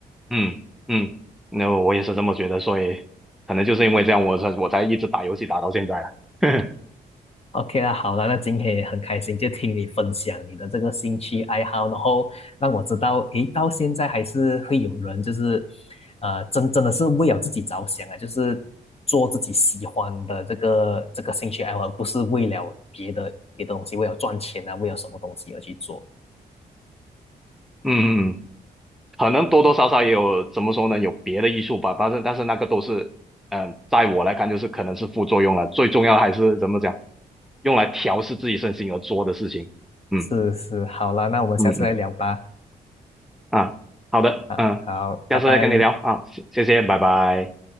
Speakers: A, in the centre; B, on the left.
A: 嗯嗯，那我也是这么觉得，所以可能就是因为这样，我才我才一直打游戏打到现在了。<laughs> 嗯
B: OK 啦，好啦，那今天也很开心，就听你分享你的这个兴趣爱好，然后让我知道，诶，到现在还是会有人就是，呃，真真的是为了自己着想啊，就是做自己喜欢的这个这个兴趣爱好，而不是为了别的别的东西，为了赚钱啊，为了什么东西而去做。
A: 嗯，嗯可能多多少少也有怎么说呢，有别的艺术吧，但是但是那个都是，嗯、在我来看就是可能是副作用了，最重要的还是怎么讲，用来调试自己身心而做的事情。嗯
B: 是是，好啦，那我们下次再聊吧。
A: 嗯嗯，啊，好的，
B: 好好，
A: 嗯，下次再跟你聊啊，
B: 拜拜。
A: 谢谢谢，拜拜。